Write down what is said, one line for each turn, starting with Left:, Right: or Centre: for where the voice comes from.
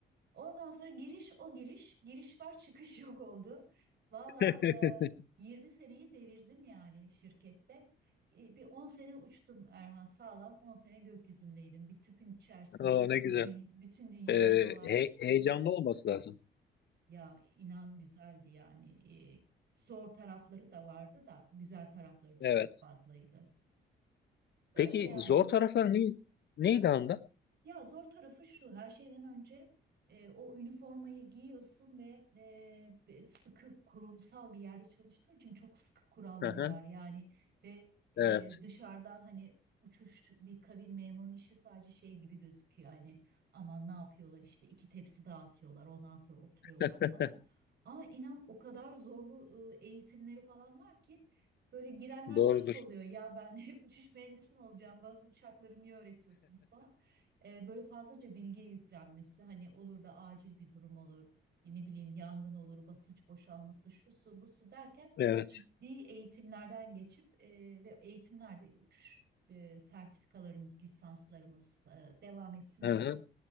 Right: Ondan sonra giriş o giriş, giriş var çıkış <laughs> yok oldu. Valla
Left: <laughs>
Right: e, 20 seneyi devirdim yani şirkette. E, bir 10 sene uçtum Erhan sağlam 10 sene gökyüzündeydim. Bir tüpün içerisinde
Left: Oo,
Right: bütün
Left: ne güzel.
Right: dü- bütün dünyayı
Left: Ee,
Right: dolaştım.
Left: he- heyecanlı olması lazım.
Right: Ya inan güzeldi yani. E, zor tarafları da vardı da güzel tarafları da
Left: Evet.
Right: çok fazlaydı. Öyle
Left: Peki
Right: yani.
Left: zor tarafları ne, neydi anda?
Right: Ya zor tarafı şu, her şeyden önce e, o üniformayı giyiyorsun ve e, be- sıkı kurumsal bir yerde çalıştığın için çok sıkı kuralları
Left: Aha,
Right: var. Yani ve e,
Left: evet.
Right: dışarıdan hani uçuş bir kabin memurunun işi sadece şey gibi gözüküyor. Hani aman ne yapıyorlar işte iki tepsi dağıtıyorlar ondan sonra oturuyorlar
Left: <laughs>
Right: falan. Ama inan o kadar zorlu e, eğitimleri falan var ki Böyle girenler
Left: Doğrudur.
Right: de şok oluyor. Ya ben <laughs> uçuş mühendisi mi olacağım? Bana bu uçakları niye öğretiyorsunuz falan. E, böyle fazlaca bilgiye yüklenmesi hani olur da acil bir durum olur, e, ne bileyim yangın olur, basınç boşalması, şu su bu su derken
Left: Evet.
Right: ciddi eğitimlerden geçip e, ve eğitimlerde uçuş e, sertifikalarımız, lisanslarımız e, devam etsin
Left: Aha.
Right: diye hep